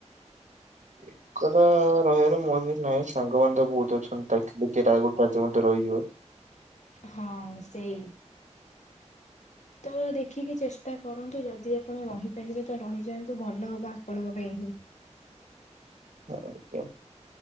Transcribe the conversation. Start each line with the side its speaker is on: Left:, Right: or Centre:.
Right: ଏକଲା ରହିବାର ମୋରବି ନାହିଁ। ସାଙ୍ଗମାନେ ତ ବହୁତ ଅଛନ୍ତି ଡାକିଲେ କିଏ ଟା ରହିବ ରାତି ଘଟେ ରହିଯିବ।
Left: ହଁ ସେଇ। ତ ଦେଖିକି ଚେଷ୍ଟା କରନ୍ତୁ ଯଦି ଆପଣ ରହିପାରିବେ ତ ରହିଯାଆନ୍ତୁ ଭଲ ହବ ଆପଣଙ୍କ ପାଇଁ ହିଁ।
Right: ହ ଆଜ୍ଞା।